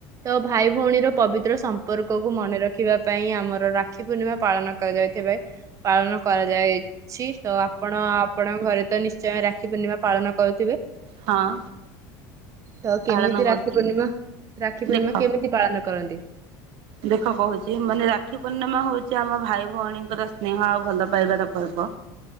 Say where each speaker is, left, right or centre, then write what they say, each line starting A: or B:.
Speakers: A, on the right; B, on the right.
A: ତ ଭାଇ ଭଉଣୀର ପବିତ୍ର ସମ୍ପର୍କକୁ ମନେ ରଖି ରଖିବା ପାଇଁ ଆମର ରାକ୍ଷୀ ପୂର୍ଣ୍ଣିମା ପାଳନ କରାଯାଇଥିବେ ପାଳନ କରାଯାଇଛି ତ ଆପଣ ଆପଣଙ୍କ ଘରେ ତ ନିଶ୍ଚୟ ରାକ୍ଷୀ ପୂର୍ଣ୍ଣିମା ପାଳନ କରୁଥିବେ।
B: ହଁ
A: ତ
B: ପାଳନ
A: କେମିତି
B: କରୁଛୁ
A: ରାକ୍ଷୀ ପୂର୍ଣ୍ଣିମା ରାକ୍ଷୀ ପୂର୍ଣ୍ଣିମା
B: ଦେଖ
A: କେମିତି ପାଳନ କରନ୍ତି?
B: ଦେଖ କହୁଛି ମାନେ ରାକ୍ଷୀ ପୂର୍ଣ୍ଣିମା ହଉଛି ଆମ ଭାଇ ଭଉଣୀଙ୍କର ସ୍ନେହ ଆଉ ଭଲ ପାଇବାର ପର୍ବ